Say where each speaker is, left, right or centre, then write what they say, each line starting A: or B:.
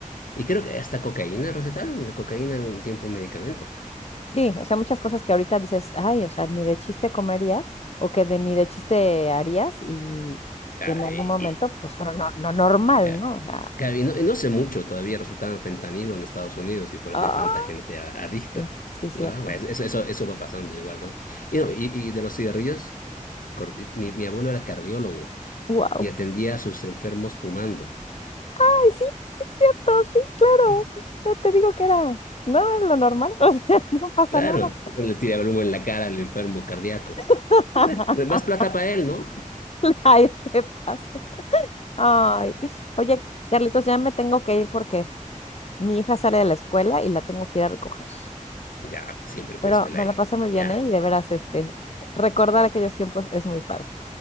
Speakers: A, on the left; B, on the left.
A: Y creo que hasta cocaína recetaban, la cocaína era un tiempo un medicamento.
B: sí, o sea, muchas cosas que ahorita dices, ay, o sea, ni de chiste comerías o que de, ni de chiste harías y
A: Ah,
B: que en algún
A: y-
B: momento
A: y-
B: pues fueron no, no normal,
A: ya.
B: ¿no? O sea,
A: Claro, y no, y no sé mucho, todavía recetaban fentanilo en Estados Unidos y por eso
B: ¡ah!
A: hay tanta gente a- adicta.
B: Sí, sí, cierto.
A: ¿no? Pues, eso, eso, eso va pasando igual. ¿no? Y, no, y, y de los cigarrillos, corti- mi, mi abuelo era cardiólogo
B: Wow.
A: y atendía a sus enfermos fumando.
B: Ay, sí, sí, cierto, sí, claro.
A: Es-
B: Ya te digo que era, no era lo normal, <laughs> o sea, no pasa
A: Claro,
B: nada.
A: le tiraba el humo en la cara al enfermo cardíaco.
B: <laughs>
A: Bueno, más plata para él, ¿no?
B: Ay, te pasa. Ay, oye, Carlitos, ya me tengo que ir porque mi hija sale de la escuela y la tengo que ir a recoger.
A: Ya, pues siempre el
B: Pero
A: consuela
B: me
A: ahí.
B: la pasé muy bien,
A: Ya,
B: ¿eh? Y de veras, este, recordar aquellos tiempos es muy padre.